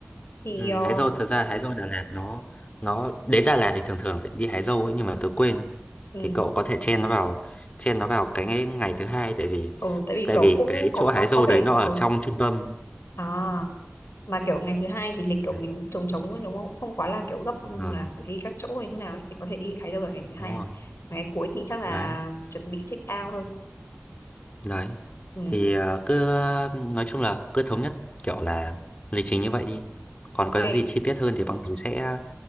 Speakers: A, on the left; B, on the left.
A: thì
B: ừ,
A: ờ
B: hái dâu thật ra hái dâu Đà Lạt nó nó đến Đà Lạt thì thường thường phải đi hái dâu ấy nhưng mà tớ quên ấy.
A: ừ,
B: thì cậu có thể chen nó vào chen nó vào cái ngày, ngày thứ hai tại vì
A: ừ tại vì
B: tại
A: kiểu
B: vì
A: cũng
B: cái
A: có
B: chỗ hái
A: có
B: dâu
A: có vẻ
B: đấy nó ở
A: ừ.
B: trong trung tâm
A: à mà kiểu ngày thứ hai thì lịch kiểu
B: Đấy.
A: mình cũng trống trống ấy, đúng không không quá là kiểu gấp ừ,
B: ờ
A: là phải đi các chỗ hay như nào ấy. thì có thể đi Thái Đâu ở ngày thứ hai
B: đúng
A: à
B: rồi
A: Mà ngày cuối thì chắc là
B: đấy
A: chuẩn bị check out thôi
B: Đấy.
A: ừ.
B: Thì ờ, cứ ờ, nói chung là cứ thống nhất kiểu là lịch trình như vậy đi. Còn có
A: ok
B: gì chi tiết hơn thì bọn mình sẽ